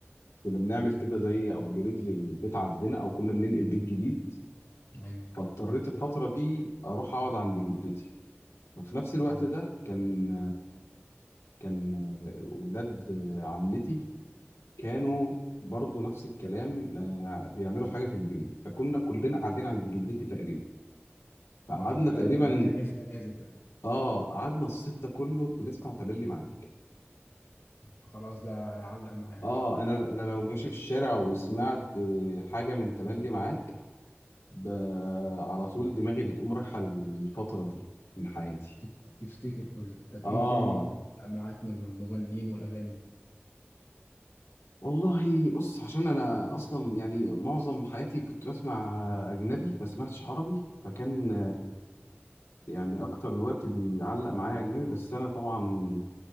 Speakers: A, on the left; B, on the left.
A: كنا بنعمل كده زي ابجريد للبيت عندنا او كنا بننقل بيت جديد
B: ايوه
A: فاضطريت الفتره دي اروح اقعد عند جدتي وفي نفس الوقت
B: مم.
A: ده كان كان ولاد عمتي كانوا برضه نفس الكلام آه، بيعملوا حاجه في البيت فكنا كلنا قاعدين عند جدتي تقريبا فقعدنا
B: اه والالبوم
A: تقريبا
B: ده كان لسه نازل بقى
A: اه قعدنا الصيف ده كله بنسمع تملي معاك
B: فخلاص ده علق معاك
A: اه انا انا لو ماشي في الشارع وسمعت آه، حاجه من تملي معاك ب... على طول دماغي بتقوم رايحه للفتره دي من حياتي
B: تف- تفتكر كله طب
A: اه
B: ايه تاني لا معاك من المغنيين والاغاني
A: والله بص عشان انا اصلا يعني معظم حياتي كنت بسمع اجنبي ما سمعتش عربي فكان يعني اكتر الوقت بيعلق معايا اجنبي بس انا طبعا